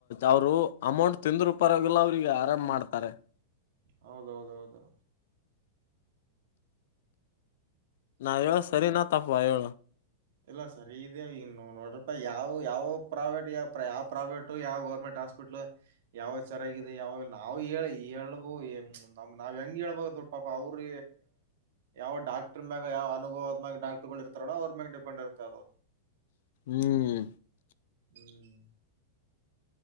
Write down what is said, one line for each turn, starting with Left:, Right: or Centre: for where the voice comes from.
Left: ಅವರು ಅಮೌಂಟ್ ತಿಂದರುೂಪರವಾಗಿಲ್ಲ ಅವ್ರಿಗೆ ಆರಾಮ್ ಮಾಡ್ತಾರೆ
Right: ಹೌದೌದೌದು
Left: ನಾವ ಹೇಳ ಸರಿನಾ ತಪ್ಪ ಹೇಳ
Right: ಇಲ್ಲ ಸರಿ ಇ ಇನ್ನು ನೋಡ್ರಪ್ಪ ಯಾವ ಯಾವ ಪ್ರಾವೇಟ್ ಯಾವ ಯಾವ್ ಪ್ರಾವೆಟ್ ಯಾವ ಗೌರ್ಮೆಂಟ್ ಹಾಸ್ಪಿಟ್ಲ್ ಯಾವ ಚೆಾಗಿದೆ ಯಾವಾಗ ನಾವು ಹೇಳಳ್ಬ್ ನಾವ್ ಹೆಂಗ ಹಳ್ಬ ಸ್ವಲ್ಪಪ ಅವ್ರ ಯಾವ ಡಾಕ್ಟರ್ ಮ್ಯಾಗಾವ ಅನುಭವದ ಮಾಗ ಡಾಕ್ಟ ಗಳು ಇರ್ತಾರೋ ಅವ್ರ ಮ್ಯಾಗ ಡಿಪೆಂಡ ಇರ್ತೆ ಅದು
Left: ಹ್ಮ್
Right: ಹ್ಮ್